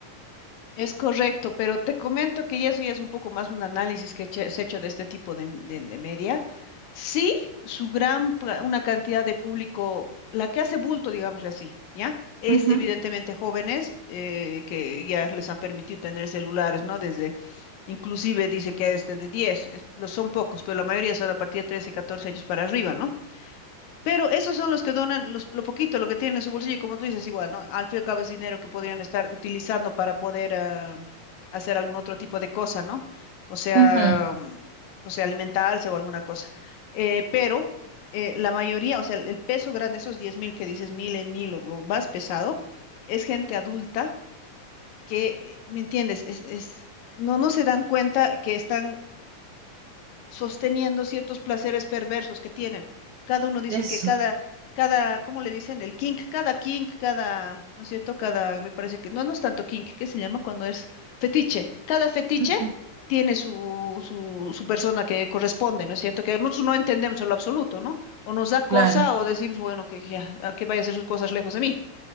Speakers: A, on the left (about 70°); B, on the right (about 80°).
A: Es correcto, pero te comento que ya eso ya es un poco más un análisis que se ha hecho de este tipo de, de- de media. Sí, su gran, pa- una cantidad de público, la que hace bulto, digámosle así, ¿ya? Es
B: Ujú,
A: Ujú. evidentemente jóvenes eh, que ya les han permitido tener celulares, ¿no? Desde, inclusive dice que desde de 10, es- lo son pocos, pero la mayoría son a partir de 13, 14 años para arriba, ¿no? Pero esos son los que donan los, lo poquito, lo que tienen en su bolsillo, y como tú dices, igual, ¿no? Al fin y al cabo es dinero que podrían estar utilizando para poder ah, hacer algún otro tipo de cosa, ¿no? O sea,
B: ujú,
A: mm, o sea, alimentarse o alguna cosa. Eh, pero eh, la mayoría, o sea, el, el peso grande, esos diez mil que dices, mil en mil, o lo más pesado, es gente adulta que, eh, ¿me entiendes? Es, es- no, no se dan cuenta que están sosteniendo ciertos placeres perversos que tienen. Cada uno dice
B: Eso.
A: que cada, cada, ¿cómo le dicen? El kink, cada kink, cada, ¿no es cierto? Cada, me parece que, no, no es tanto kink, ¿qué se llama cuando es fetiche? Cada fetiche
B: ujú,
A: tiene su, su, su persona que corresponde, ¿no es cierto? Que nosotros no entendemos en lo absoluto, ¿no? O nos da cosa
B: Claro.
A: o decimos, bueno, que, ya, que vaya a hacer sus cosas lejos de mí